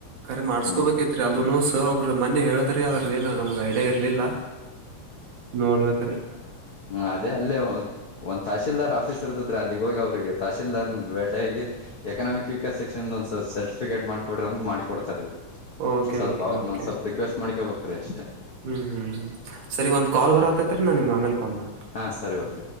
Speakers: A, on the right; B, on the left.
A: ಕರೆ ಮಾಡ್ಸ್ಕೊಬೇಕೈತ್ರಿ
B: ಹಾ
A: ಅದೂ ಸರ್ ಒಬ್ಬ್ರ ಮನ್ನೆ ಹೇಳದ್ರಿ ಅದ್ದ ಏನ ನಮ್. ಐಡಿಯ ಇರ್ಲಿಲ್ಲ ನೋಡಬೆಕ್ರಿ.
B: ಹ್ಮ್ ಅದೇ ಅಲ್ಲೇ. ಒಂದ್ ತಹಶೀಲ್ದಾರ್ ಆಫೀಸ್ ಇರ್ದತ್ರ ಅಲ್ಲಿಗ್ ಹೋಗಿ ಅವ್ರರಿಗೆ ತಹಶೀಲ್ದಾರ್ನ ಬೇಟೆಯಗಾಗಿ ಎಕನಾಮಿಕ್. ಕರ್ಸೆಕ್ಷನ್ ಒಂದ ಸರ್ಟಫಿಕೇಟ್ ಮಾಡಿ ಕೊಡ್ರಿ ಮಾಡಿ ಕೊಡ್ತಾರೀ.
A: ಓಕೆ
B: ಒಂದ್ ಸ್ವಲ್ಪ
A: ಓಕೆ
B: ಅವ್ರನ್ನ
A: ಓಕೆ
B: ಒಂದ್ ಸ್ವಲ್ಪ ರಿಕ್ವೆಸ್ಟ್ ಮಾಡ್ಕೊಬೇಕ್ರಿ ಅಷ್ಟೆ.
A: ಹ್ಮ್ ಹ್ಮ್ ಹ್ಮ್ ಸರಿ ಒಂದ್ ಕಾಲ್ ಬರತತ್ರಿ ನಾ ನಿಮ್ಗ ಆಮೇಲ್ ಕಾಲ್ ಮಾಡ್ತಿ.
B: ಹಾ ಸರಿ ಓಕೆ